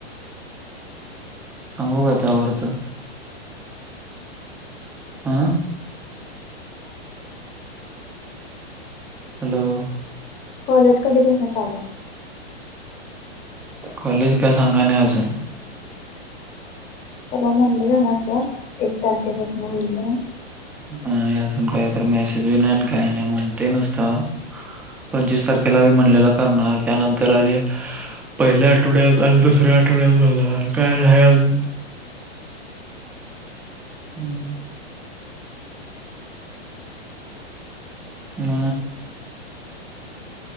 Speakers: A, in the centre; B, on the left.
A: सांगू का त्यावरचं. आ. हॅलो.
B: कॉलेज कधी पासून चालू हाय.
A: कॉलेज काय सांगाय नाही अजून.
B: म्हणलेला ना सर एक तारखेपासन होईल म्हणून.
A: ह अजून काहीत मेसेज बी नाही काय नाही म्हणतोय नुस्ता हा पंचव्वीस तारखेला म्हणलेला करणार त्यानंतर आणि पहिल्या आठवड्यात आणि दुसऱ्या आठवड्यात म्हंटला काय नाही अजून हम्म. म.